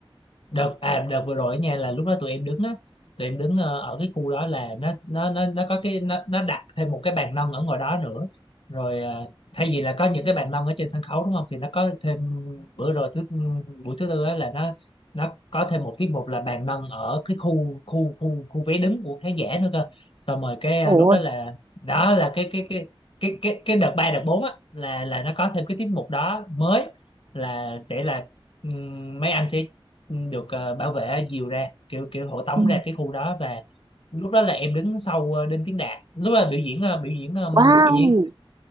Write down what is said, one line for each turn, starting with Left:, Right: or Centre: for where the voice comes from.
Left: đợt à đợt vừa rồi nha là lúc đó tụi em đứng á tụi em đứng ờ, ở cái khu đó là nó nó nó nó có cái nó nó đặt thêm một cái bàn nâng ở ngoài đó nữa rồi ờ, thay vì là có những cái bàn nâng ở trên sân khấu đúng không thì nó có thêm bữa rồi thứ ừ, buổi thứ tư á là nó nó có thêm một tiết mục là bàn nâng ở cái khu khu khu khu vé đứng của khán giả nữa cơ xong rồi cái ờ,
Right: Ồ,
Left: lúc đó là đó là cái cái cái cái cái cái đợt ba đợt bốn á là là nó có thêm cái tiết mục đó mới là sẽ là ừm, mấy anh sẽ được ờ, bảo vệ dìu ra kiểu kiểu hộ tống
Right: ừ.
Left: ra cái khu đó và lúc đó là em đứng sau ờ, Đinh Tiến Đạt lúc đó là biểu diễn ờ, biểu diễn ờm,
Right: Wow.
Left: biểu diễn